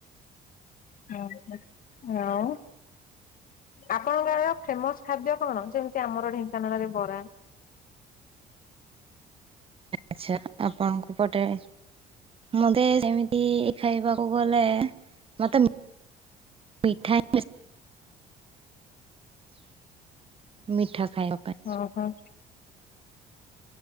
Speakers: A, on the left; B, on the right.
A: ହୁଁ-ହୁଁ ଆଁ ଆପଣଙ୍କ ଗାଆଁର ଆଉ ଫେମସ୍ ଖାଦ୍ୟ କଣ? ଯେମିତି ଆମର ଢେଙ୍କାନାଳରେ ବରା।
B: ଆଚ୍ଛା ଆପଣୁଙ୍କୁ ପଟେ ମତେ ସେମିତି ଖାଇବାକୁ ଗଲେ ମତେ ପିଠା <inaudible> <inaudible> ମିଠା ଖାଇବା ପାଇଁ।
A: ହଁ ହଁ।